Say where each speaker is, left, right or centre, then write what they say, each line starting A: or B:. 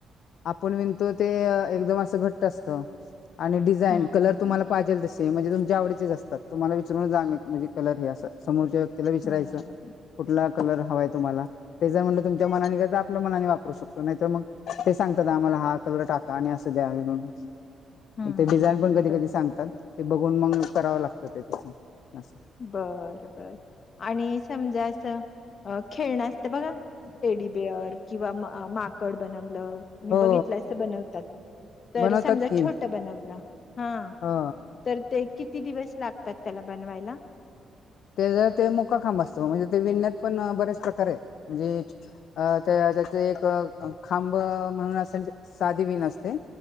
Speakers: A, on the left; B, on the left.
A: आपण विणतो ते एकदम असं घट्ट असत. आणि डिझाईन
B: हं
A: कलर तुम्हाला पाजेल तसे म्हणजे तुमच्या आवडीचेच असतात. तुम्हाला विचरून जाग म्हणजे, कलर हे समोरच्या व्यक्तीला विचरायचं
B: हं
A: कुठला कलर हवा आहे तुम्हाला. तेचं म्हटलं तुच्या मनाने
B: अच्छा
A: दाखवलं. म वापरू शकतो नाही तर मग, ते सांगतात आम्हाला हा कलर टाका आणि असं द्यावे विणुन
B: हं
A: ते डिझाईन पण कधी
B: बरोबर
A: कधी सांगतात ते बघून मग करावं लागतं ते असं.
B: बर बर आणि समजा असं खेळणं असतं बघा, टेडीबेअर किंवा माकड बनवलं. मी
A: हो
B: बघितलं अस बनवतात तर
A: बनवतात
B: समजा
A: की
B: छोट बनवलं हा
A: हो
B: तर ते किती दिवस लागतात त्याला बनवायला?
A: ते जर ते मुकाखांब असतो म्हणजे ते विणण्यात पण बरेच प्रकार आहेत. म्हणजे त्या, त्यात एक खांब म्हणून अस साधी वीन असते.